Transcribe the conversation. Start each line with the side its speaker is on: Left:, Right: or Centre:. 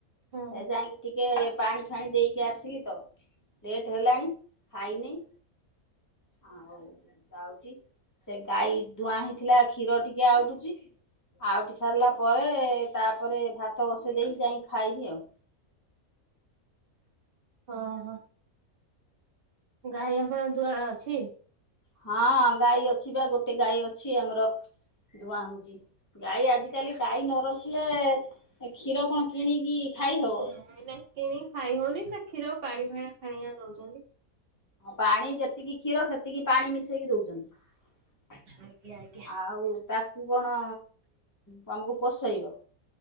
Right: ହଁ
Left: ହେ ଯାଇକି ଟିକେ ପାଣି ଫାଣି ଦେଇକି ଆସିଲି ତ ଲେଟ୍ ହେଲାଣି ଖାଇନେଇ ଆଉ ଯାଉଚି ସେ ଗାଈ ଦୁଆଁ ହେଇଥିଲା କ୍ଷୀର ଟିକେ ଆଉଟୁଛି ଆଉଟି ସାରିଲା ପରେ ତାପରେ ଭାତ ବସେଇ ଦେଇ ଯାଇ ଖାଇବି ଆଉ।
Right: ହଁ ହଁ ଗାଈ ଆପଣ ଦୁଆଳ ଅଛି
Left: ହଁ ଗାଈ ଅଛି ବା ଗୋଟେ ଗାଈ ଅଛି ଆମର ଦୁଆଁ ହଉଛି ଗାଈ ଆଜିକାଲି ଗାଈ ନ ରଖିଲେ କ୍ଷୀର କଣ କିଣିକି ଖାଇ ହବ?
Right: ନାଇଁ ନାଇଁ କିଣିକି ଖାଇ ହଉନି ସେ କ୍ଷୀରକୁ ପାଣି ଭାଣିଆ ଖଣିଆ ଦଉ ଚନ୍ତି
Left: ପାଣି ଯେତିକି କ୍ଷୀର ସେତିକି ପାଣି ମିଶେଇକି ଦଉଛନ୍ତି
Right: ଆଜ୍ଞା ଆଜ୍ଞା
Left: ଆଉ ତାକୁ କଣ ତମକୁ ପୋଷେଇବ।